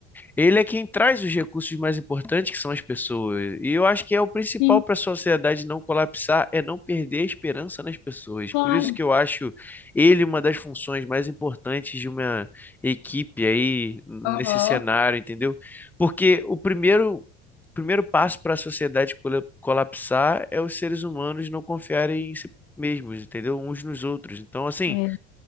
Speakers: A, in the centre; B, on the left.
A: ele é quem traz os recursos mais importantes, que são as pessoas. E eu acho que é o principal
B: sim,
A: para a sociedade não colapsar, é não perder a esperança nas pessoas.
B: claro.
A: Por isso que eu acho ele uma das funções mais importantes de uma equipe aí nesse
B: Aham.
A: cenário, entendeu? Porque o primeiro, o primeiro passo para a sociedade cola- colapsar é os seres humanos não confiarem em si mesmos, entendeu? Uns nos outros. Então, assim,
B: É,